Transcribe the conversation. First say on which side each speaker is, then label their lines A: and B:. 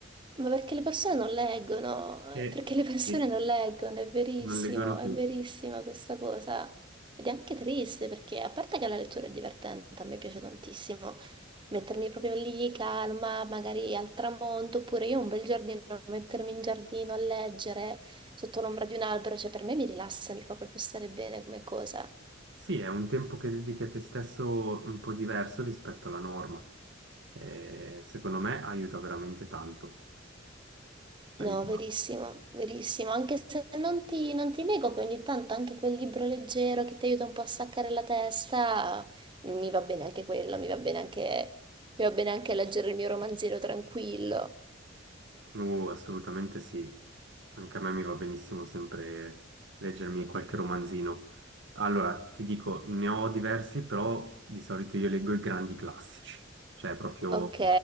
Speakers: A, on the right; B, on the right.
A: Ma perché le persone non leggono,
B: E
A: eh, perché le persone
B: e
A: non leggono, è verissimo,
B: non leggono più.
A: è verissima questa cosa. Ed è anche triste perché, a parte che la lettura è divertente, a me piace tantissimo, mettermi proprio lì calma, magari al tramonto, oppure io un bel giardino, mettermi in giardino a leggere sotto l'ombra di un albero, cioè per me mi rilassa, mi fa proprio stare bene come cosa.
B: Sì, è un tempo che dedichi a te stesso un po' diverso rispetto alla norma. Eh, secondo me aiuta veramente tanto.
A: No,
B: Aiuta.
A: verissimo, verissimo. Anche se non ti, non ti nego che ogni tanto anche quel libro leggero che ti aiuta un po' a staccare la testa, mi va bene anche quello, mi va bene anche, mi va bene anche leggere il mio romanzino tranquillo.
B: Uh, assolutamente sì. Anche a me mi va benissimo sempre leggermi qualche romanzino. Allora, ti dico, ne ho diversi, però di solito io leggo i grandi classici, cioè proprio
A: Ok,